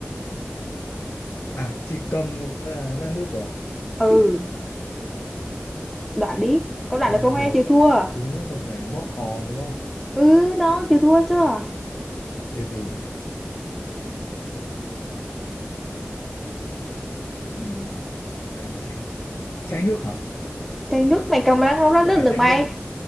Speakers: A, on the left (about 80°); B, in the centre.
A: à chỉ cầm thôi là ra nước rồi
B: ừ đoạn đi có đoạn
A: còn
B: được không em
A: kiểu
B: chịu thua
A: xuống nước là phải bóp cò đúng không
B: ừ đó chịu thua chưa
A: từ từ ừ. càng chảy nước chảy nước hả
B: chai nước mày cầm mà đang không ra
A: có
B: nước
A: phải
B: được
A: chảy
B: mày
A: nước không